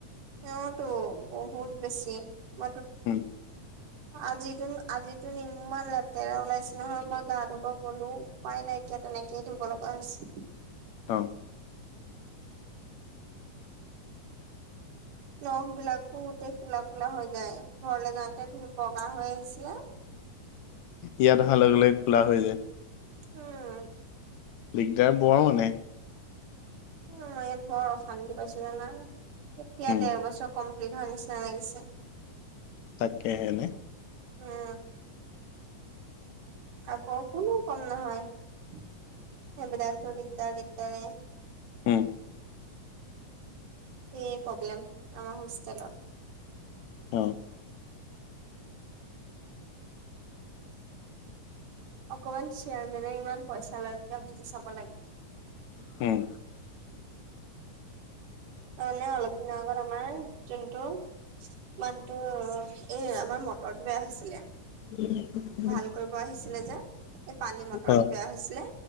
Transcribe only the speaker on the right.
এইটো বহুত বেছি ম
আজি তোন আজি তোন ইমান লেতেৰা ওলাইছে নহয় মই গা ধুব গ'লো উপাই নাই কি তেনেকেই ধুব লগা হৈছে।
নখবিলাকো গোটেই ক'লা ক'লা হৈ যায়, ঘৰলৈ যাওঁতে ধু বগা হৈ আহিছিলে।
উম।
উ, মই ইয়াত বৰ অশান্তি পাইছোঁ জানা, কেতিয়া
দেৰ বছৰ কম শেষ হোৱাৰ নিচনা লাগিছে।
উম। আকৌ কোনো কম নহয়। <unintelligible>
সেয়েই প্ৰব্লেম আমাৰ হোষ্টেলত।
অকমান শ্বেয়াৰমেনে ইমান পইচা লয় যেতিয়া বুজি চাব লাগে।
কাইলে অলপ দিনৰ আগত আমাৰ যোনটো মানটো এ, আমাৰ মটৰটো বেয়া হৈছিলে।
ভাল কৰিব আহিছিলে যে, এই পানী মটৰটো
বেয়া হৈছিলে,